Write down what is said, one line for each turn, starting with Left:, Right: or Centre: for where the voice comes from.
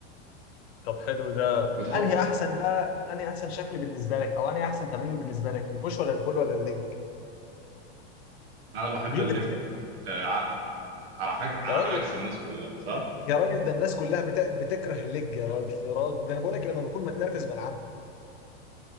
Left: طب حلو ده
Right: بتحط
Left: انهي احسن بقى انهي احسن شكل بالنسبه لك او انهي احسن تمرين بالنسبه لك البوش ولا البول ولا الليج
Right: أنا بحب
Left: اللي
Right: الليج
Left: انت بتحبه
Right: آه على على حاجة على
Left: يا راجل
Right: عكس الناس كلها صح؟
Left: يا راجل ده الناس كلها بت... بتكره الليج يا راجل يا راجل ده انا بقول لك لما بكون متنرفز بلعبها